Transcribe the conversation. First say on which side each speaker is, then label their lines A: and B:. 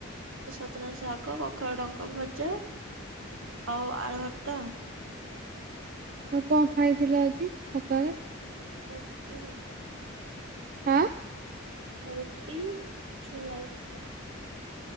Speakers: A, on the right; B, on the right.
A: ସଜନା ଶାଗ, କଖାରୁ ଡଙ୍କ ଭଜା ଆଉ ଆଳୁ ଭର୍ତା।
B: ଆଉ କଁ ଖାଇଥିଲ ଆଜି ସକାଳେ।
A: ଆଉ କେଉଁ ଭଜା
B: ଆଁ
A: ଆଉ ରୁଟି ଛୁଇଁ ଆଳୁ ଭଜା।